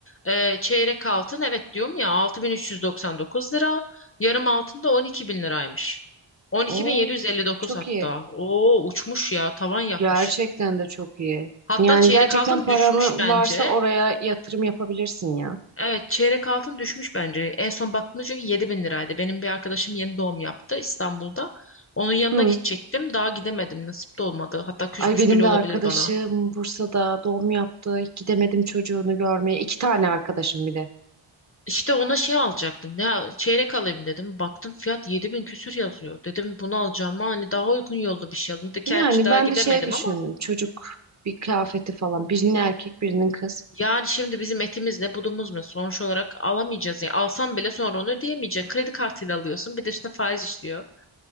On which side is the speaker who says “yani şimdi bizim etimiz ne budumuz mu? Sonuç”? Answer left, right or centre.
Left